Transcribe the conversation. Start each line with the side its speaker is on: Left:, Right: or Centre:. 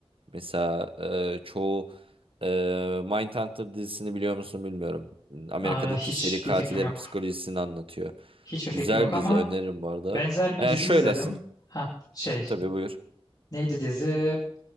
Right: Mesela e, çoğu e, Mindhunter dizisini biliyor musun bilmiyorum. Amerika'daki
Left: Aa, hiçbir
Right: seri katillerin
Left: fikrim yok.
Right: psikolojisini anlatıyor.
Left: Hiçbir fikrim
Right: Güzel
Left: yok
Right: bir
Left: ama
Right: dizi öneririm bu arada.
Left: benzer bir
Right: Yani
Left: dizi
Right: şöylesin.
Left: izledim. Ha şey
Right: Tabii buyur.
Left: neydi dizi?